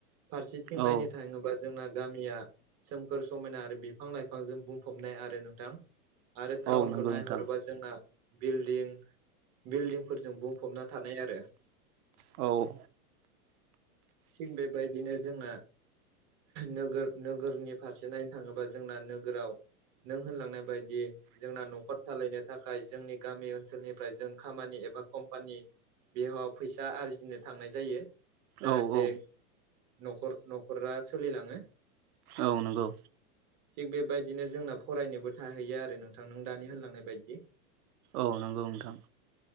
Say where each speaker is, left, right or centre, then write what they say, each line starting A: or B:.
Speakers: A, on the right; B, on the right.
A: फारसेथिं
B: औ
A: नायनो थाङोबा जोंना गामिया सोमखोर समायना आरो बिफां लाइफांजों बुंफबनाय आरो नोंथां आरो
B: औ
A: टाउनखौ
B: नंगौ
A: नायहरोबा
B: नोंथां
A: जोंना बिल्डिं बिल्डिंफोरजों बो हबना थानाय आरो
B: औ
A: थिग बेबायदिनो जोंना नोगोर नोगोरनि फारसे नायनो थाङोबा जोंना नोगोराव नों होनलांनाय बायदि जोंना न'खर सालायनो थाखाय जोंनि गामि ओनसोलनिफ्राय जों खामानि एबाम बेयाव फैसा आरजिनो थांनाय जायो जाहाथे
B: औ औ
A: नख न'खरा सोलिलाङो
B: औ नंगौ।
A: थिग बेबायदिनो जोंना फरायनोबो थाहैयो आरो नोंथां नों दानि होनलांनाय बायदि
B: औ नंगौ नोंथां।